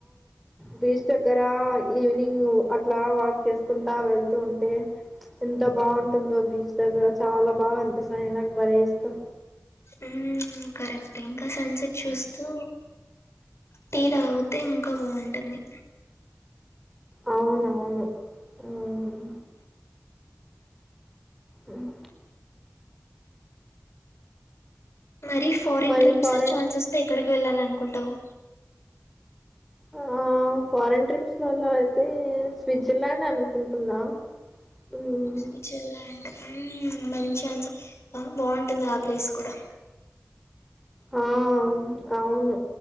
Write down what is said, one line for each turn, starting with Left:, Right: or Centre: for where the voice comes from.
Centre: బీచ్ దగ్గర ఈవినింగ్ అట్లా వాక్ చేసుకుంటా వెళ్తూ ఉంటే ఎంత బాగుంటుందో బీచ్ దగ్గర చాలా బాగా అనిపిస్తానే నాకు భలే ఇష్టం
Left: ఉమ్ కరెక్ట్ ఇంకా సన్సెట్ చూస్తూ టీ తాగుతే ఇంకా బాగుంటుంది
Centre: అవునవును ఉమ్ అమ్
Left: మరి ఫారెన్
Centre: మరి
Left: ట్రిప్స్
Centre: ఫారెన్
Left: ఛాన్స్ వస్తే ఎక్కడికి వెళ్ళాలి అనుకుంటావు
Centre: ఆ ఆ ఫారెన్ ట్రిప్స్ వల్ల అయితే స్విట్జర్లాండ్ అనుకుంటున్నా మ్మ్.
Left: స్విట్జర్లాండ్ ఉమ్ మంచి అన్సార్ బా బాగుంటుంది ఆ ప్లేస్ కూడా
Centre: ఆ ఉమ్ అవును